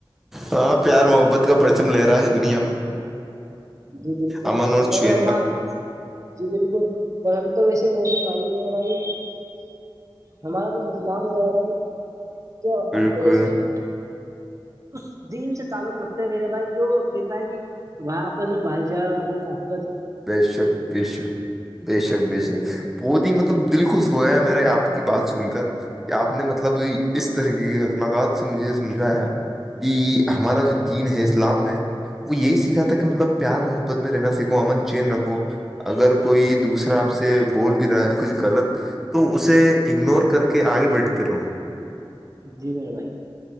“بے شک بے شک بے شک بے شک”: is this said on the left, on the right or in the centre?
Centre